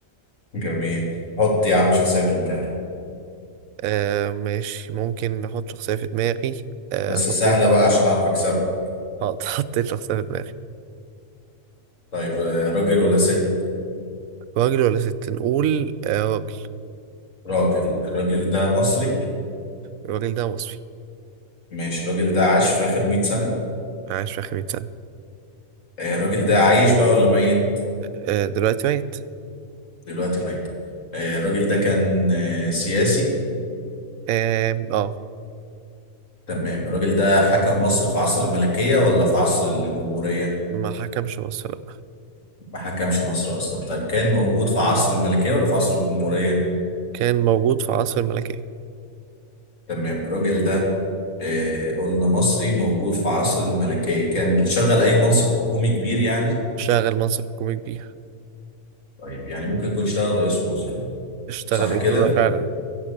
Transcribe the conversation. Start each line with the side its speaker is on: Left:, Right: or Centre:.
Left: جميل حط يا عم شخصية في دماغك
Right: آه ماشي ممكن نحط شخصية في دماغي آه
Left: بس
Right: حطيت
Left: سهلة
Right: واحدة
Left: بقى عشان اعرف اكسبها
Right: آه، <laughs> حطيت شخصية في دماغي
Left: طيب آه، راجل ولا ست
Right: راجل ولا ست نقول آه راجل
Left: راجل الراجل ده مصري
Right: الراجل ده مصري
Left: ماشي الراجل ده عاش في آخر 100 سنة
Right: عاش في آخر 100 سنة
Left: آه، الراجل ده عايش بقى ولا ميت
Right: آه دلوقتي ميت
Left: دلوقتي ميت آه، الراجل ده كان آه، سياسي
Right: آم، اه
Left: تمام الراجل ده حكم مصر في عصر الملكية ولا في عصر الجمهورية
Right: ما حكمش مصر لأ
Left: ما حكمش مصر أصلا طيب كان موجود في عصر الملكية ولا في عصر الجمهورية
Right: كان موجود في عصر الملكية
Left: تمام الراجل ده آه، قلنا مصري موجود في عصر الملكية كان شغل أي منصب حكومي كبير يعني
Right: شغل منصب حكومي كبير
Left: طيب يعني ممكن يكون اشتغل رئيس وزراء
Right: اشتغل
Left: صح
Right: رئيس
Left: كده
Right: وزراء فعلا